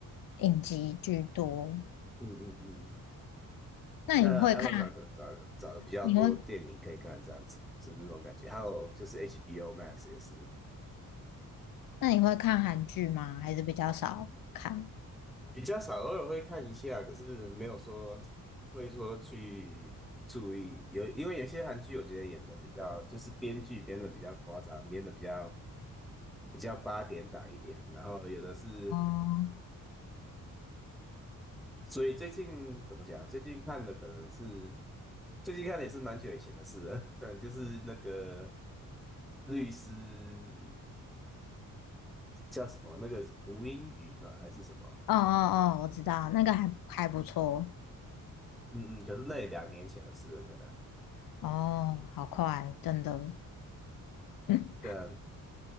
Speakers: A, on the left; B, in the centre.
A: 影集居多。
B: 嗯嗯嗯，
A: 那你会看，
B: 那 Amazon 可能找找的比较多电影可以看，
A: 你会
B: 这样子是那种感觉。还有就是 HBO Max 也是，
A: 那你会看韩剧吗？还是比较少看？
B: 比较少，偶尔会看一下，可是没有说会说去注意。有，因为有些韩剧我觉得演的比较，就是编剧编的比较夸张，编的比较比较八点档一点，然后有的是，
A: 哦，
B: 所以最近怎么讲？最近看的可能是最近看的也是蛮久以前的事了，<laughs> 对，就是那个律师叫什么？那个吴英语吧，还是什么？
A: 哦哦哦，我知道，那个还还不错。
B: 嗯嗯，可是那也两年前的事了，可能。
A: 哦，好快，真的。嗯
B: 对啊，